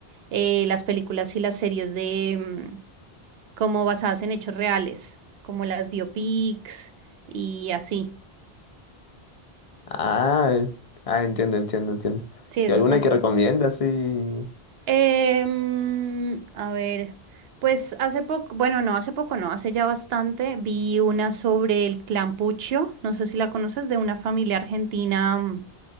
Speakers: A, on the right; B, on the left.
A: eh, las películas y las series de mm, como basadas en hechos reales, como las biopics y así.
B: Ah, ah, entiendo, entiendo, entiendo.
A: Sí, esas
B: ¿Y alguna
A: son.
B: que recomiendas? Sí.
A: Em, a ver, pues hace poco, bueno, no, hace poco no, hace ya bastante, vi una sobre el clan Puccio, no sé si la conoces, de una familia argentina mm,